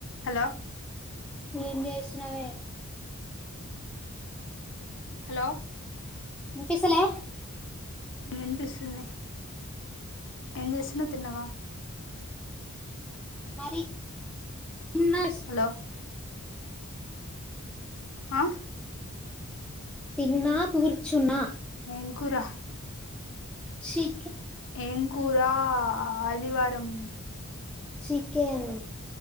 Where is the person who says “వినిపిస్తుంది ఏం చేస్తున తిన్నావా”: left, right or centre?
Left